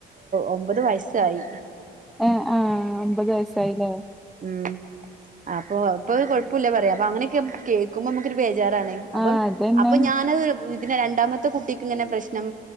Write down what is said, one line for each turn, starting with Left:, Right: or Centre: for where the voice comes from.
Right: ഒമ്പത് വയസായി.
Centre: ഏഹ് ആഹ് ഒമ്പത് വയസ്സായില്ലേ?
Right: ഉം അപ്പൊ ഇപ്പൊ കൊഴപ്പില്ല പറയാ അപ്പൊ അങ്ങനെയൊക്കെ കേൾക്കുമ്പോ നമുക്കൊരു ബേജാറാണേ. അപ്പം
Centre: ആഹ് അതന്നെ
Right: അപ്പൊ ഞാനത് ഇതിന്റെ രണ്ടാമത്തെ കുട്ടിക്ക് ഇങ്ങനെ പ്രശ്നം